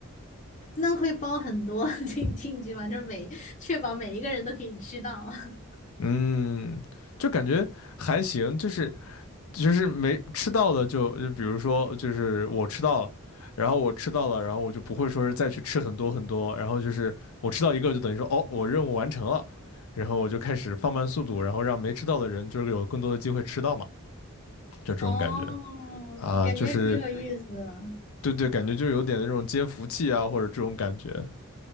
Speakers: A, on the left; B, on the left.
A: 那会包很多 <laughs> 进进去吗？就是每确保每一个人都可以吃到。<laughs>
B: 嗯，就感觉还行，就是。就是没吃到的就就比如说就是我吃到了，然后我吃到了，然后我就不会说是再去吃很多很多，然后就是我吃到一个就等于说哦我任务完成了，然后我就开始放慢速度，然后让没吃到的人就是有更多的机会吃到嘛，就这种感觉
A: 哦，
B: 啊，
A: 感觉挺有意思的。
B: 就是对对，感觉就有点那种接福气啊或者这种感觉，